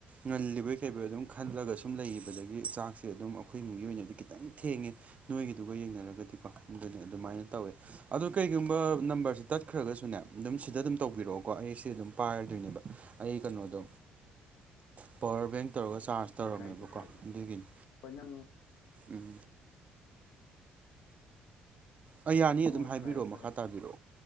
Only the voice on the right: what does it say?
ꯉꯜꯂꯤꯕ ꯀꯩꯕꫭꯏ ꯑꯗꯨꯝ ꯈꯜꯂꯒ ꯁꯨꯝ ꯂꯩꯕꯗꯒꯤ ꯆꯥꯛꯁꯦ ꯑꯗꯨꯝ ꯑꯩꯈꯣꯏ ꯃꯒꯤ ꯑꯣꯏꯅꯗꯤ ꯈꯤꯇꯪ ꯊꯦꯡꯉꯦ ꯅꯣꯏꯒꯤꯗꯨꯒ ꯌꯦꯡꯅꯔꯒꯗꯤꯀꯣ ꯑꯗꯨꯅꯤ ꯑꯗꯨꯃꯥꯏꯅ ꯇꯧꯋꯦ ꯑꯣ ꯀꯩꯒꯨꯝꯕ ꯅꯝꯕꯔꯁꯦ ꯇꯠꯈ꯭ꯔꯒꯁꯨꯅꯦ ꯑꯗꯨꯝ ꯁꯤꯗ ꯑꯗꯨꯝ ꯇꯧꯕꯤꯔꯛꯑꯣꯀꯣ ꯑꯩ ꯁꯤ ꯑꯗꯨꯝ ꯄꯥꯏꯔꯗꯣꯏꯅꯦꯕ ꯑꯩ ꯀꯩꯅꯣꯗꯣ
ꯄꯋꯥꯔ ꯕꯦꯡ ꯇꯧꯔꯒ ꯆꯥꯔꯖ ꯇꯧꯔꯝꯃꯦꯕꯀꯣ
ꯑꯗꯨꯒꯤꯅꯤ
ꯎꯝ ꯑꯩ ꯌꯥꯅꯤ ꯑꯗꯨꯝ
ꯍꯥꯏꯕꯤꯔꯛꯑꯣ
ꯃꯈꯥ ꯇꯥꯕꯤꯔꯛꯑꯣ